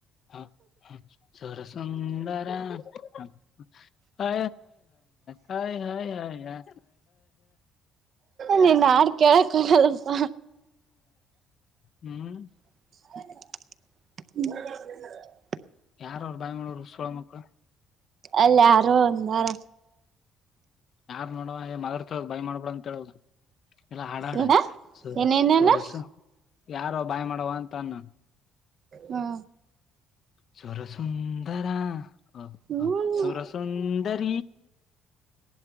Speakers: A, on the left; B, on the right.
A: ಹ ಸರ ಸುಂದರ ಹ <unintelligible> ಹಾ ಹಾ ಹಾ
B: ನೀನ್ ನಾಡ್ ಕೇಳಕ್ ಕೊಡಲ್ಲಪ್ಪ
A: ಹ್ಮ್
B: ಹ್ಮ
A: ಯಾರ ಅವ್ರು ಬಾಯಿ ಮಾಡವರು ಸೋಳ ಮಕ್ಳು
B: ಅಲ್ಲ ಯಾರು ಒಂದಾರ
A: ಮಾಡ ಮತರ್ತದ ಬ್ ಮಾಡ್ಬಡ ಅಂತ ಹೇಳದು ಎಲ್ಲ ಹಾಡಾಡ
B: ಏನ
A: ಸ
B: ಏನೇನೇನ
A: ಸೂರಸ ಯಾರ ಬಾಯ್ ಮಾಡವ ಅಂತ ಅ್ಣನ್
B: ಹಾ
A: ಸರ ಸುಂದರ ಹಾ
B: ಹ್ಮ್
A: ಹ ಸುರಸುಂದರ